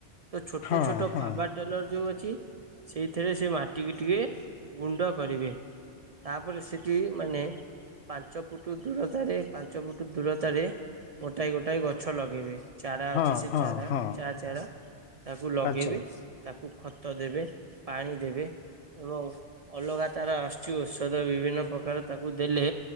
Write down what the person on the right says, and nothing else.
ତ ଛୋଟ
ଛୋଟ
ପାବାଟ ଟେଲର୍ ଯୋଉ ଅଛି ସେଇଥିରେ ସେ ମାଟିିକି ଟିକେ ଗୁଣ୍ଡ କରିବେ। ତାପରେ ସେଠି ମାନେ ପାଞ୍ଚ ଫୁଟ ଦୂରତାରେ ପାଞ୍ଚ ଫୁଟ ଦୂରତାରେ ଗୋଟାଏ ଗୋଟାଏ ଗଛ ଲଗେଇବେ। ଚାରା
ଅଛି ସେ
ଚାରା
ଚା ଚାରା ତାକୁ ଲଗେଇବେ।
ତାକୁ ଖତ ଦେବେ ପାଣି ଦେବେ। ଏବଂ ଅଲଗା ତାର ଆସୁଛି ଔଷଧ ବିଭିନ୍ନ ପ୍ରକାର ତାକୁ ଦେଲେ।